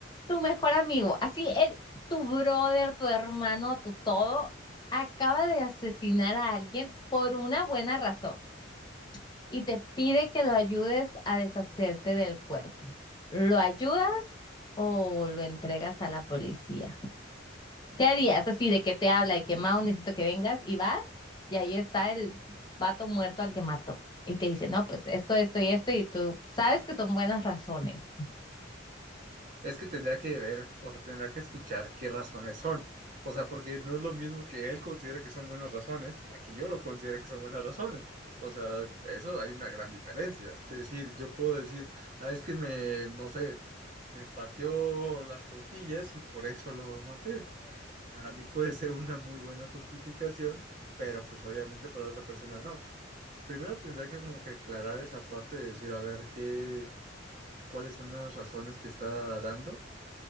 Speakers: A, on the left; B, on the right.
A: Tu mejor amigo, así el, tu brother, tu hermano, tu todo, acaba de asesinar a alguien por una buena razón y te pide que lo ayudes a deshacerte del cuerpo. ¿Lo ayudas o lo entregas a la policía? ¿Qué harías? Así de que te habla y que Mao necesito que vengas y vas y ahí está el vato muerto al que mató. Y te dice, no, pues esto, esto y esto, y tú sabes que son buenas razones.
B: Es que tendría que ver, o sea, tendría que escuchar qué razones son. O sea, porque no es lo mismo que él considere que son buenas razones a que yo lo considere que son buenas razones. O sea, eso hay una gran diferencia. Es decir, yo puedo decir, ah, es que me, no sé, me pateó las costillas y por eso lo maté. Y para mí puede ser una muy buena justificación, pero pues obviamente para otra persona no. Primero tendría que como que aclarar esa parte de decir, a ver, qué, cuáles son las razones que está dando